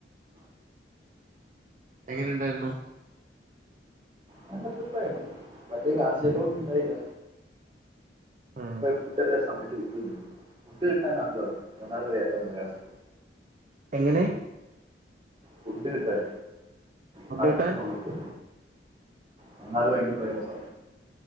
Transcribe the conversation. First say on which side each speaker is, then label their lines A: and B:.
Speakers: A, on the right; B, on the right.
A: എങ്ങനെ ഇണ്ടായിരുന്നു
B: നല്ല ട്രിപ്പായിരുന്നു വലിയ കാശു ചിലവൊന്നും ഇണ്ടായില്ല
A: ഉം
B: ഫുഡ്ല്ല സമയത്ത് ഫുഡ് കിട്ടാനാണല്ലോ മൂന്നാറ് പോയാൽ ഏറ്റവും പ്രയാസം
A: എങ്ങനെ
B: ഫുഡ് കിട്ടാൻ
A: ഫുഡ്
B: കറക്റ്റ്
A: കിട്ടാൻ
B: സമയത്ത്. മൂന്നാറ് ഭയങ്കര പ്രയാസാ